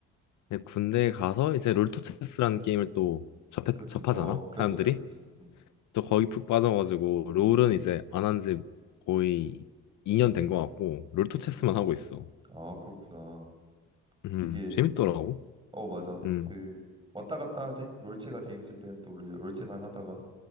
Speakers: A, on the left; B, on the right.
A: 이제 군대에 가서 이제 롤토체스라는 게임을 또 접해,
B: 그렇지.
A: 접하잖아,
B: 어, 그렇지,
A: 사람들이.
B: 그렇지. 음,
A: 또 거기 푹 빠져가지고, 롤은
B: 음,
A: 이제 안 한지 거의 2년 된 것 같고, 롤토체스만
B: 음.
A: 하고 있어.
B: 아, 그렇구나.
A: 음,
B: 이게
A: 재밌더라고.
B: 어 맞아.
A: 음,
B: 그 왔다 갔다 하지. 롤체가 재밌을 때는 또 우리 이제 롤체만 하다가